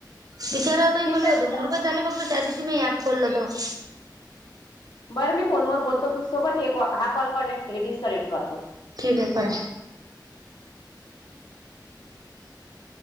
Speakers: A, on the right; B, on the left.
A: वििचारा होता
B: ठीक
A: मला
B: आहे मी
A: दोन
B: ठेवतो.
A: रुपये चाले फक्त त्या दिवशी मी ऍप खोलल होत,
B: बरं मी फोनवर बोलतो तुझसोबत हे हा कॉल कनेक्ट हे डिस्कनेक्ट करतो
A: ठीक आहे करा,
B: हो,